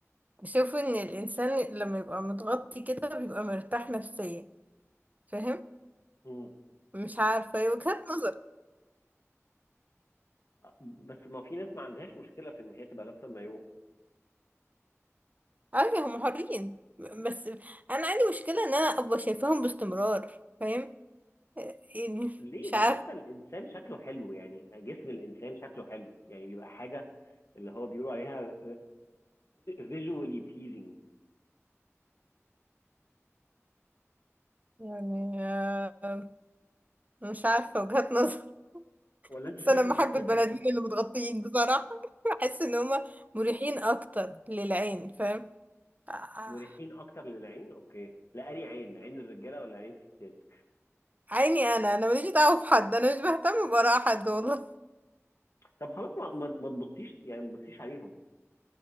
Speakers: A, on the right (about 30°); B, on the left (about 65°).
A: بشوف ان الانسان لما يبقى متغطي كده بيبقى مرتاح نفسيا فاهم
B: مم.
A: مش عارفة هي وجهة نظر
B: بس ما في ناس ما عندهاش مشكله في ان هي تبقى لابسه مايو
A: ايوه هم حرين بس انا عندي مشكله ان انا ابقى شايفاهم باستمرار فاهم يعني
B: ليه
A: مش
B: ده
A: عارفه
B: حتى الانسان شكله حلو يعني جسم الانسان شكله حلو يعني بيبقى حاجه اللي هو بيقولوا عليها فيجوالي بليزنج
A: يعني آه، مش عارفه وجهات نظر <laughs>
B: ولا انت
A: بس
B: خايفه
A: انا
B: من
A: بحب
B: الفتنه
A: البني ادمين اللي متغطيين بصراحه بحس ان هم مريحين اكتر للعين فاهم آه،
B: مريحين اكتر للعين اوكي لا أنهي عين عين الرجاله ولا عين الستات
A: عيني انا انا ماليش دعوه بحد انا مش بهتم باراء حد والله
B: طب خلاص ما ما ما تبصيش يعني ما تبصيش عليهم